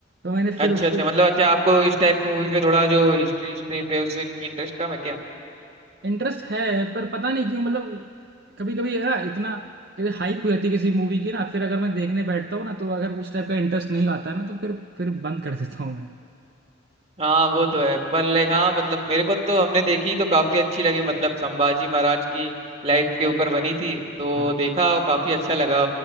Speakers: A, on the right; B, on the right.
A: मैंने फिर
B: अच्छा
A: उसको
B: अच्छा मतलब अच्छा आपको इस टाइप की मूवीज पे थोड़ा जो हिस्ट्री हिस्ट्री पे उसमें इंटरेस्ट कम है क्या
A: इंटरेस्ट है पर पता नहीं क्यों मतलब कभी कभी ना इतना कभी हाइप हो जाती है किसी मूवी की ना फिर अगर मैं देखने बैठता हूँ ना तो अगर उस टाइप का इंटरेस्ट नहीं आता है ना तो फिर फिर बंद कर देता हूँ मैं
B: हाँ वो तो है पर लाइक हाँ मतलब मेरे को तो हमने देखी तो काफी अच्छी लगी मतलब संभाजी महाराज की लाइफ के ऊपर बनी थी तो
A: हाँ
B: देखा और काफी अच्छा लगा